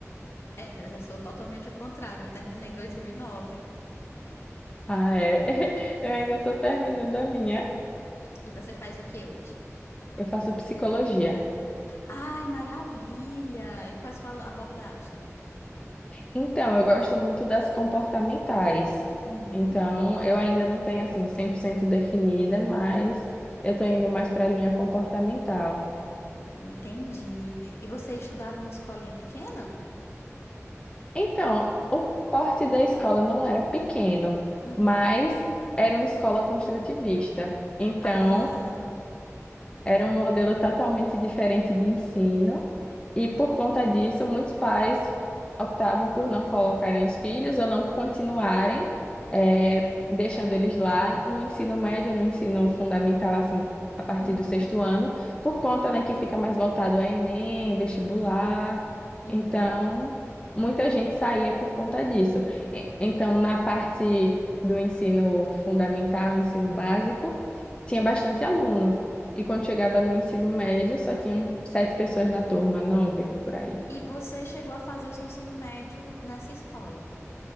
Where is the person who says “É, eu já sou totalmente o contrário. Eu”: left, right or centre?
Left